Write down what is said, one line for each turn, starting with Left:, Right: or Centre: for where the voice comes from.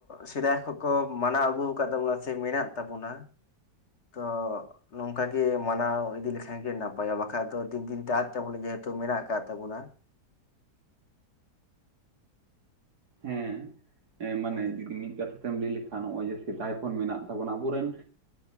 Left: ᱥᱮᱫᱟᱭ ᱠᱷᱚᱱ ᱠᱚ, ᱢᱟᱱᱟᱣ ᱟᱹᱜᱩ ᱟᱠᱟᱫ ᱛᱟᱵᱚᱱᱟ, ᱥᱮ, ᱢᱮᱱᱟᱜ ᱛᱟᱵᱚᱱᱟ ᱾ <inaudible> ᱛᱚᱻᱜ ᱾ ᱱᱚᱝᱠᱟ ᱜᱮ, ᱢᱟᱱᱟᱣ ᱤᱫᱤ ᱞᱮᱠᱷᱟᱱᱜ ᱜᱮ, ᱱᱟᱯᱟᱭᱚᱜᱼᱟ ᱾ ᱵᱟᱠᱷᱟᱡ ᱫᱚ, ᱫᱤᱱ ᱫᱤᱱ ᱛᱮ, ᱟᱫ ᱛᱟᱵᱚᱱᱟ, ᱡᱮ ᱦᱮᱛᱩ ᱢᱮᱱᱟᱜ, ᱟᱠᱟᱫ ᱛᱟᱵᱚᱱᱟ ᱾
Right: ᱦᱮᱸ, ᱢᱟᱱᱮ,
Left: ᱦᱳᱭ
Right: ᱡᱩᱫᱤ ᱢᱤᱫ ᱠᱟᱛᱷᱟ ᱛᱮᱢ, ᱞᱟᱹᱭ ᱞᱮᱠᱷᱟᱱ ᱱᱚᱜᱼᱚᱭ ᱡᱮ, ᱥᱮᱫᱟᱭ ᱠᱷᱚᱱ ᱢᱮᱱᱟᱜ ᱛᱟᱵᱚᱱᱟ, ᱟᱵᱚ ᱨᱮᱱ